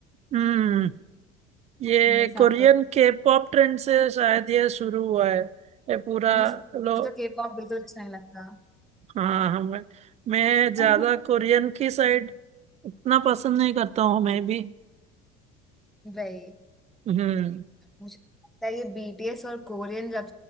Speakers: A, on the right; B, in the centre.
A: हम्म ये
B: मेरे साथ
A: कोरियन
B: तो
A: के पॉप ट्रेंड से शायद ये शुरू हुआ है ये पूरा
B: मुझे
A: लो
B: तो के पॉप बिल्कुल अच्छा नहीं लगता
A: हाँ हाँ मैं मैं ज्यादा
B: <laughs>
A: कोरियन की साइड उतना पसंद नहीं करता हूँ मैं भी
B: भाई
A: हम्म
B: मुझे लगता है ये बीटीएस और कोरियन जब